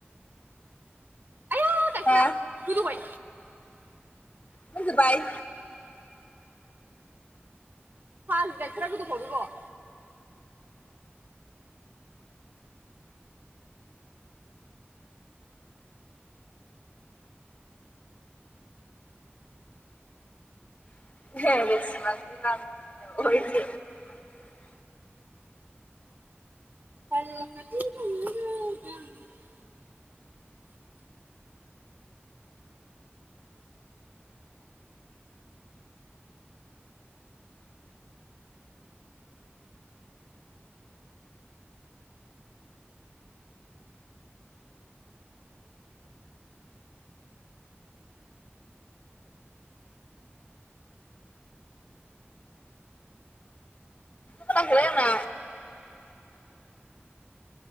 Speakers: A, on the right (about 50°); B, on the left (about 35°).
A: आइया गाइखेरा
B: हा?
A: गोदौबाय
B: मोनजोबबाय?
A: फाग्लि गाइखेरा गोदौफावदों र'
B: <unintelligible>
A: <unintelligible>
B: खोनायाखैलै आंना